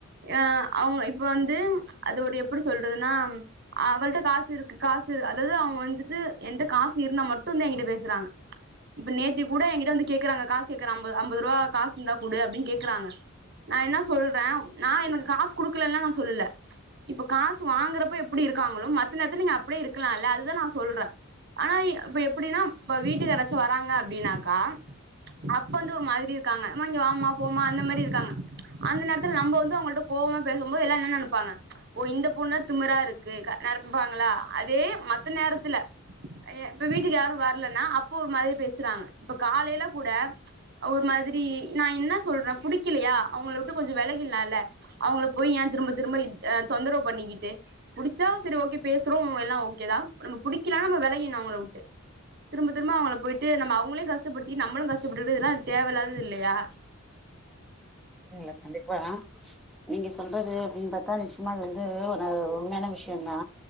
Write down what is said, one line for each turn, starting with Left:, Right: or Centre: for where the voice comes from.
Right: ஆ அவுங்க இப்ப வந்து அது ஒரு எப்டி சொல்றதுன்னா அவள்ட்ட காசு இருக்கு காசு செரி அதாவது அவுங்க வந்துட்டு என்ட்ட காசு இருந்தா மட்டு தா என்கிட்ட பேசுறாங்க இப்ப நேத்தி கூட எங்கிட்ட வந்து கேக்குறாங்க காச கேக்குறம் ஐம்பது ஐம்பது ரூபா காசு இருந்தா குடு அப்படின் கேக்குறாங்க நா என்னா சொல்ற நா எனக்கு காசு குடுக்கலல்ல நா சொல்லுல இப்ப காசு வாங்குறப்ப எப்டி இருக்காங்ளோ மத்த நேரத்துல நீங்க அப்டி இருக்லால அதுதான் நா சொல்ற ஆனா இப்ப எப்டின்னா இப்ப வீட்டுக்கு யராச்சு வராங்க அப்படினாக்கா அப்ப வந்து ஒரு மாதிரி இருக்காங்க மா இங்க வாமா போமா அந்த மாரி இருக்காங்க அந்த நேரத்துல நம்ம வந்து அவுங்கள்ட்ட கோவமா பேசும்போது எல்லா என்ன நெனப்பாங்க ஓ இந்த பொண்ணா திமரா இருக்கு நிரப்பாங்ளா அதே மத்த நேரத்துல இப்ப வீட்டுக்கு யாரு வர்லன்னா அப்போ ஒரு மாதிரி பேசுறாங்க இப்ப காலைல கூட ஒரு மாதிரி நா என்ன சொல்ற புடிக்கிலியா அவுங்கள விட்டு கொஞ்ச விலகில்லால்ல அவுங்கள போய் ஏன் திரும்ப திரும்ப தொந்தரவு பண்ணிக்கிட்டு புடிச்சா செரி ஓகே பேஸ் ரோ எல்லா ஓகே தா நம்ம புடிக்கலா நம்ம விளகிணு அவுங்கள உட்டு திரும்ப திரும்ப அவங்களை போயிட்டு நம்ம அவுங்களையு கஷ்டப்படுத்தி நம்மளு கஷப்பட்டுட்டு இதெல்லா தேவயில்லாதது இல்லையா
Centre: இல்ல கண்டிப்பா நீங்க சொல்றது அப்டின் பாத்தா எல்லா வந்து உன உண்மையான விஷயம் தா